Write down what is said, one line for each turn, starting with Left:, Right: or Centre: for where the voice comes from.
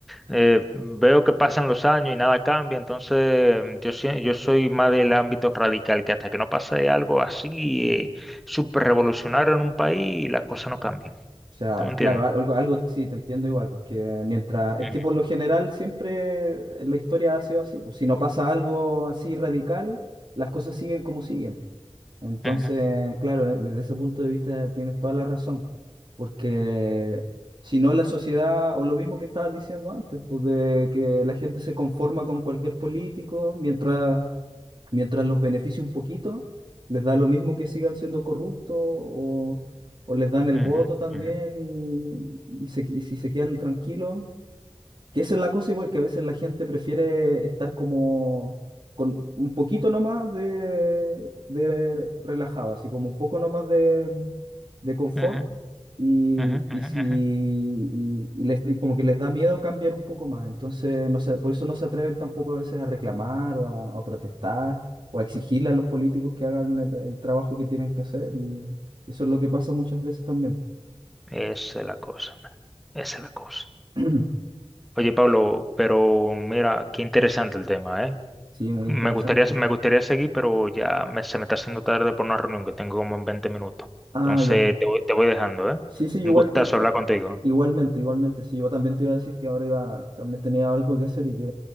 Centre: eh, veo que pasan los años y nada cambia, entonces mm, yo, sie- yo soy más del ámbito radical, que hasta que no pase algo así, eh, súper revolucionario en un país, las cosas no cambian.
Right: O sea,
Centre: ¿Tú me entiendes?
Right: claro, algo, algo sí te entiendo igual, porque mientras, es
Centre: Ujú,
Right: que por lo general siempre la historia ha sido así, pues si no pasa algo así radical, las cosas siguen como siguen. Entonces,
Centre: ujú,
Right: claro, ne- desde ese punto de vista tienes toda la razón, porque si no la sociedad, o lo mismo que estabas diciendo antes, pues de que la gente se conforma con cualquier político, mientras mientras los beneficie un poquito, les da lo mismo que sigan siendo corruptos o, o les dan el
Centre: ujú,
Right: voto también
Centre: ujú,
Right: y, y se- y si se quedan tranquilos, que esa es la cosa igual, que a veces la gente prefiere estar como con un poquito nomás de, de relajado, así como un poco nomás de, de confort
Centre: ujú,
Right: y,
Centre: ujú,
Right: y
Centre: ujú,
Right: si y,
Centre: ujú.
Right: y les- y como que les da miedo cambiar un poco más. Entonces, no sé, por eso no se atreven tampoco a veces a reclamar o a, a protestar o a exigirle a los políticos que hagan el, el trabajo que tienen que hacer y eso es lo que pasa muchas veces también.
Centre: Esa es la cosa, man. Esa es la cosa.
Right: <clears throat>
Centre: Oye, Pablo, pero mira, qué interesante el tema, ¿eh?
Right: Sí, muy
Centre: Me
Right: interesante.
Centre: gustaría, me gustaría seguir, pero ya me- se me está haciendo tarde por una reunión que tengo como en 20 minutos.
Right: Ah,
Centre: Entonces
Right: ya.
Centre: te voy, te voy dejando, ¿eh?
Right: Sí, sí, igual
Centre: Un gustazo
Right: te, te-
Centre: hablar contigo.
Right: igualmente, igualmente. Sí, yo también te iba a decir que ahora iba, también tenía algo que hacer y que,